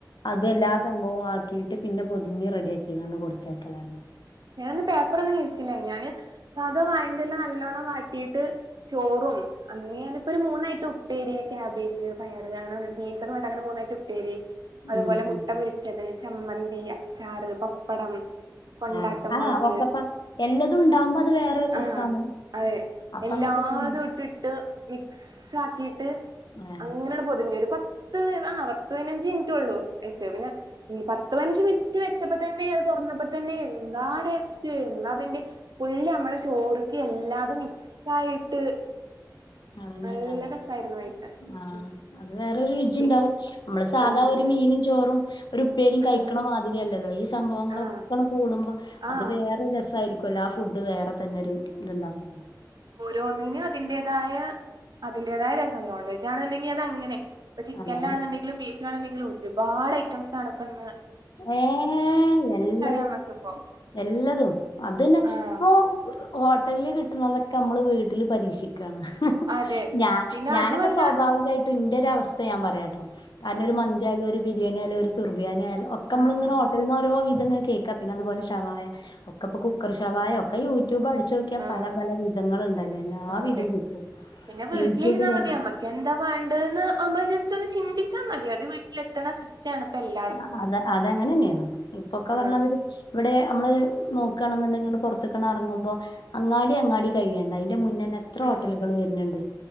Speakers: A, on the left; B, on the right.
A: അത് എല്ലാ
B: ഉം
A: <unintelligible> ആക്കിയിട്ട് പിന്നെ പൊതിഞ്ഞ് റെഡിയാക്കീക്കാണ്ട് കൊടുത്തേക്കലാ
B: ഞാന് ന്ന് പേപ്പർ ഒന്നും വിരിച്ചില്ലേനു ഞാന് സാധാ വായന്റെല നല്ലോണം വാട്ടിയിട്ട് ചോറും അന്ന് ഞാനിപ്പൊരു മൂന്നയ്റ്റം ഉപ്പേരി ക്യാബേജ് പയറ് അങ്ങനെ ബീൻസ് ഒക്കെ ആയ്ട്ട് അങ്ങനെ മൂന്നയ്റ്റം ഉപ്പേരി അതുപോലെ
A: ഉം
B: മുട്ട
A: ഉം
B: പൊരിച്ചത് ചമ്മന്തി, അച്ചാറ്, പപ്പടം കൊണ്ടാട്ടം
A: ആഹ് ആഹ്
B: മുളക്
A: ഒക്കപ്പാ എല്ലതുണ്ടാവുമ്പൊ അത് വേറൊരു രസാണ്
B: ആഹ് അതെ
A: അപ്പ
B: എല്ലാതുട്ടിട്ട്
A: നമ്മക്ക് തിന്നും
B: മിക്സാക്കീട്ട്
A: ആ
B: അങ്ങനെണ് പൊതിഞ്ഞൊരു പ പത്ത് ആഹ് പത്ത് പയ്നഞ്ച് മിൻറ്റൊള്ളൂ വെച്ച പിന്നെ ഉം പത്ത് പതിനഞ്ച് മിനിറ്റ് വെച്ചപ്പൊ ത ന്നെ അത് തൊർന്നപ്പൊ തന്നെ എന്താ ടേസ്റ്റ് എന്താതിന്റെ ഫുള്ള് ഞമ്മളെ ചോറ്ക്ക് എല്ലാതും മിക്സായിട്ട്
A: അതന്നെ
B: നല്ല
A: ഉണ്ടാവ
B: രസായിരുന്നു കഴിക്കാൻ
A: ആഹ്
B: ഉം
A: അത് വേറൊരു രുചിണ്ടാവും
B: പി
A: നമ്മള് സാധാ
B: ആഹ്
A: ഒരു
B: അതെ
A: മീനും ചോറും ഒരു പ്പേരിം കഴിക്ക്‌ണ
B: ഉം
A: മാതിരിയല്ലല്ലോ ഈ സംഭവങ്ങളൊക്കങ്ങട്
B: ആഹ്
A: കൂടുമ്പൊ അത്
B: ആഹ്
A: വേ വേറൊരു രസായിരിക്കൊല്ലോ ആഹ് ഫുഡ് വേറെ തന്നെ ഒരു ത്ണ്ടാവും
B: ഓരോന്നിനും അതിന്റേതായ അതിന്റേതായ രസം നോൺവെജ് ആണെന്ന്ണ്ടെങ്കി അതങ്ങനെ ഇപ്പ ചിക്കൻലാണ്ന്ന്ണ്ടങ്കിലും
A: അതാണ്
B: ബീഫ്‌ലാണ്ന്നുണ്ടെങ്കിലും ഒരുപാട് ഐറ്റംസാണ്പ്പന്ന്
A: ഏഹ് എല്ലതും
B: നമ്മക്കിപ്പോ
A: എല്ലതും അതിന്
B: ആഹ്
A: പ്പൊ ഹോട്ടൽല് കിട്ടുന്നതൊക്കെ നമ്മള് വീട്ടില് പരീക്ഷിക്കാണ്
B: അതെ
A: ഞാൻ
B: പിന്നെ
A: ഞാനൊക്കെ
B: അതുവല്ല
A: സ്വാഭാവികായിട്ട് ട്ടിന്റൊരവസ്ഥ ഞാൻ പറയാട്ടോ കാരണം ഒരു
B: ഉം
A: മന്തിയാലും ഒരു ബിരിയാണിയായാലും ഒരു സുർബിയാനിയായാലും ഒക്കമ്മള്ങ്ങനെ
B: ആഹ് ആഹ്
A: ഹോട്ടൽന്നോരോ വിധങ്ങനെ കേക്കും ക്ക പിന്നതുപോലെ ശവായ ഒക്കെപ്പൊ കുക്കർ ശവായൊക്കെ യൂട്യൂബ് അട്ച്ചോ ക്യാ
B: ആഹ്
A: പല പല വിധങ്ങള്ണ്ടല്ലൊ എല്ലാ
B: ആഹ്
A: വിധൊം
B: അതെ
A: കിട്ടും
B: പിന്നെ വീട്ടിലിരുന്നാ
A: യൂട്യുബ് ലൊ
B: മതി നമ്മക്ക് എന്താ വേണ്ട്ന്ന് നമ്മൾ ജസ്റ്റ് ഒന്ന് ചിന്തിച്ചാ മതി അത് വീട്ടിലെത്തണ സിസ് റ്റാണ്പ്പെല്ലാ
A: ആഹ് അത അതങ്ങനെന്നേണ് ഇപ്പൊക്കെ
B: ആഹ്
A: പർഞ്ഞാതിരി വടെ അമ്മള് നോക്കാണ്ന്ന്ണ്ടെങ്കില്ങ്ങട് പൊർത്ത്ക്കാണർങ്ങുമ്പൊ അങ്ങാടി അങ്ങാടി കഴിയണ്ട അയ്ന്റെ മുന്നന്നെ എത്ര
B: ഉം
A: ഹോട്ടലുകൾ വര്ന്ണ്ട്